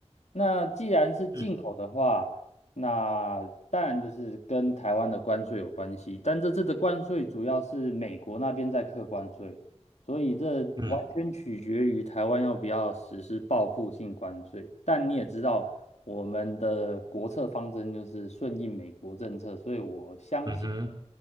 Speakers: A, on the left (about 80°); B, on the right (about 40°).
A: 那既然是进口的话，
B: 嗯
A: 那当然就是跟台湾的关税有关系，但这次的关税主要是美国那边在课关税，所以这完全取决于台湾要不要实施报复性关税。
B: 嗯
A: 但你也知道，我们的国策方针就是顺应美国政策，所以我相信
B: 嗯哼